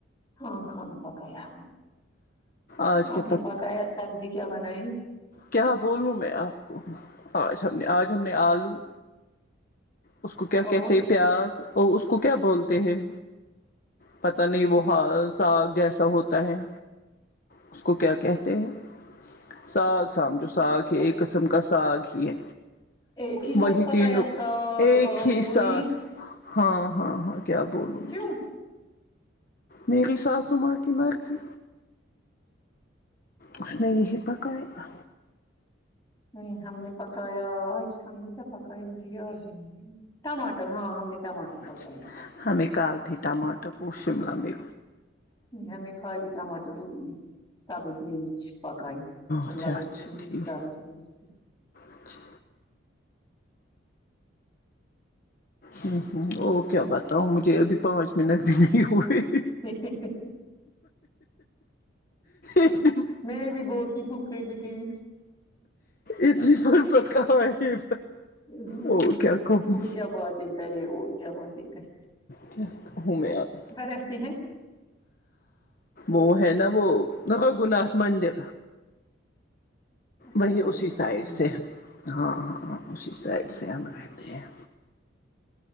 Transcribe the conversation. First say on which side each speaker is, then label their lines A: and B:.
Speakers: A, on the left; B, on the left.
A: ہاں کھانا پکایا ہم نے
B: آج کیا
A: آپ نے پکایا سبزی کیا بنائی
B: کیا بولوں میں آپ کو آج ہم نے آج ہم نے آلو اس کو کیا
A: اور
B: کہتے ہیں پیاز اور اس کو کیا بولتے ہیں پتا نہیں
A: اس کو
B: وہ حاض ساگ جیسا ہوتا ہے اس کو کیا کہتے ہیں ساگ سمجھو
A: مجھے کیا
B: ساگ
A: پتا
B: ہے ایک قسم کا ساگ ہی ہے
A: ایک ہی ساتھ
B: وہی
A: پکایا
B: تینو
A: ساگ
B: ایک
A: آلو
B: ہی
A: اور
B: ساتھ
A: یہ
B: ہاں ہاں ہاں کیا بولوں
A: کیوں
B: مجھے میری ساس ماں کی مرضی اس نے یہی پکایا
A: ہ ہم نے پکایا آج ہم نے کیا پکایا مجھے یاد ٹماٹر ہاں ہم نے ٹماٹر
B: اچھا
A: پکائی
B: ہمیں کال تھے ٹماٹر کو شملہ میں
A: نہیں کھا لی ٹماٹر ہونے سبز مرچ پکائی شملہ
B: اچھا
A: مرچ
B: اچھا
A: سے
B: ٹھیک
A: سبز مرچ
B: اچھا ہوں ہوں او کیا بتاؤں مجھے ابھی پانچ منٹ بھی نہیں ہوئے
A: ہے ہے ہے
B: اتنی
A: میں بھی بولتی ہوں کہئی بھی کئی
B: اتنی فرصت کہاں ہے
A: ہ
B: او کیا کہوں
A: اور کیا باتیں کرے اور کیا باتیں کہے
B: کیا کہوں میں اب
A: رہتی ہیں
B: وہ ہے نا وہ گگ ناتھ مندر
A: اچھا
B: وہی
A: رگھوناتھ
B: اسی سائڈ
A: مندر
B: سے ہاں ہاں اسی سائڈ
A: ہاں
B: سے ہم
A: اچھا
B: رہتے ہیں